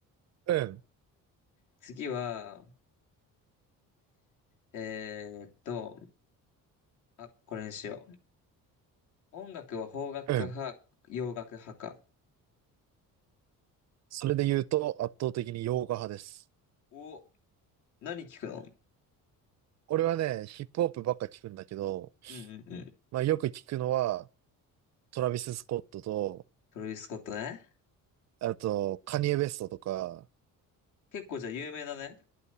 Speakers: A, on the right; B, on the left.
A: うん、
B: 次は、えーっと、あ、これにしよう。音楽は邦楽派か、
A: うん。
B: 洋楽派か。
A: それで言うと、圧倒的に洋画派です。
B: お、何聞くの
A: 俺はね、ヒップホップばっか聞くんだけど、
B: うんうんうん。
A: まあよく聞くのは、トラビス・スコットと、
B: トラビス・スコットね。
A: あと、カニエ・ウェストとか、
B: 結構じゃあ有名だね。